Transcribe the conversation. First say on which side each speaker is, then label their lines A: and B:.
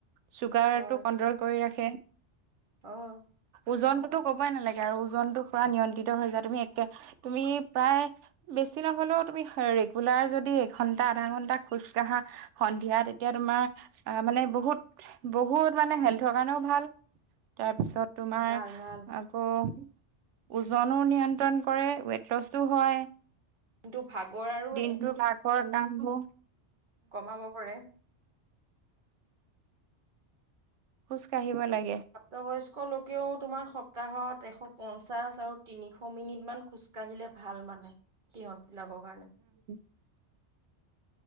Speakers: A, on the right; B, on the right.
A: চুগাৰটো
B: হয়
A: কন্ট্ৰল কৰি ৰাখে
B: অ'
A: ওজনটো টো ক'বই নালাগে আৰু ওজনতটো পুৰা নিয়ন্ত্ৰিত হৈ যায় তুমি একে তুমি প্ৰায় বেছি নহ'লেও তুমি ৰেগুলাৰ যদি এঘন্টা আধা ঘন্টা খোজ কঢ়া। সন্ধিয়া এতিয়া তোমাৰ অ মানে বহুত বহুত মানে হেল্থৰ কাৰণেও ভাল। তাৰপিছত তোমাৰ
B: ভাল ভাল
A: আকৌ ওজনো নিয়ন্ত্ৰণ কৰে ৱেট লছো হয়।
B: কিন্তু ভাগৰ আৰু
A: দিনটো
B: এ
A: পাকত নামভো-
B: কমাব পাৰে।
A: খোচ কঢ়িব লাগে।
B: প্ৰাপ্ত বয়স্ক লোকেও তোমাৰ সপ্তাহত এশ পঞ্চাশ আৰু তিনিশ মিনিট মান খোজকাঢ়িলে ভাল মানে। মানে কি হল লগৰ কাৰণে
A: উ